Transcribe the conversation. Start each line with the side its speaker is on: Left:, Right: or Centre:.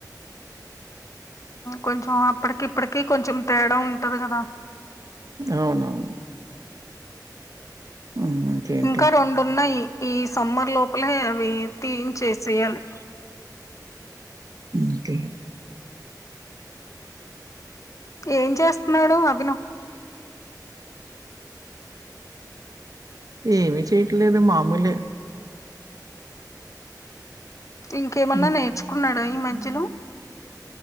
Left: కొంచం ఇప్పటికి ఇప్పటికిీ కొంచెం తేడా ఉంటది కదా
Right: అవునవును హ్మ్. ఇంకేంటి
Left: ఇంకా రెండున్నాయి ఈ సమ్మర్ లోపలే అవి తి చేసేయాలి
Right: అకే
Left: ఏం చేస్తున్నాడు అభిన
Right: ఏమి చేయట్లేదు మామూలు
Left: ఇంకేమన్నా
Right: నువ్వేం
Left: నేర్చుకున్నాడా
Right: చేస్తున్నావండి
Left: ఈ మధ్యలో